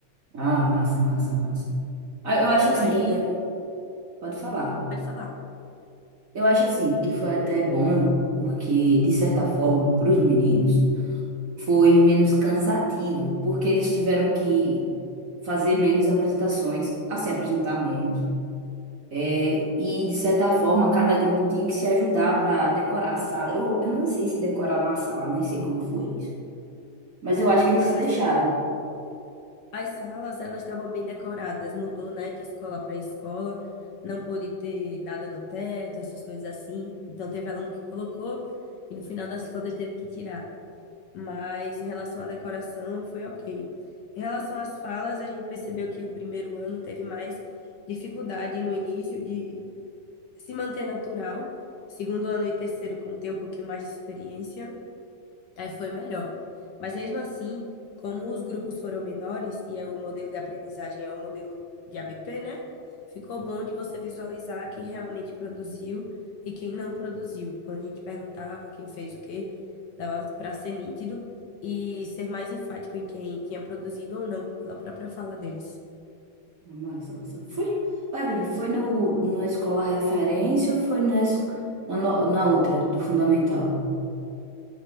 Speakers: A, on the right; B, on the left.
A: Ah, massa, massa, massa. Ah, Eu acho assim
B: Aí,
A: que até. Pode falar.
B: pode falar.
A: Eu acho assim que foi até bom, porque, de certa forma, para os meninos, foi menos cansativo, porque eles tiveram que fazer menos apresentações, assim, apresentar menos. É, e, de certa forma, cada grupo tinha que se ajudar para decorar a sala. Eu, eu não sei se decoraram a sala, nem sei como foi isso. Mas eu acho que eles
B: Ah,
A: se deixaram.
B: As salas, elas estavam bem decoradas. Mudou, né, de escola para escola. Não pôde ter nada no teto, essas coisas assim. Então teve aluno que colocou e no final das <laughs> contas teve que tirar. Mas em relação à decoração, foi ok. Em relação às falas, a gente percebeu que o primeiro ano teve mais dificuldade no início de se manter natural. Segundo ano e terceiro, como tem um pouquinho mais de experiência, Aí foi melhor. Mas mesmo assim, como os grupos foram menores e é o modelo de aprendizagem é o modelo de ABP, né? Ficou bom de você visualizar quem realmente produziu e quem não produziu. Quando a gente perguntava quem fez o quê, dava para ser nítido e ser mais enfático em quem tinha produzido ou não, pela própria fala deles.
A: Massa, massa. Foi, Ô, Evelyn, foi no, na escola referência ou foi na, es- na, no- na outra, do fundamental?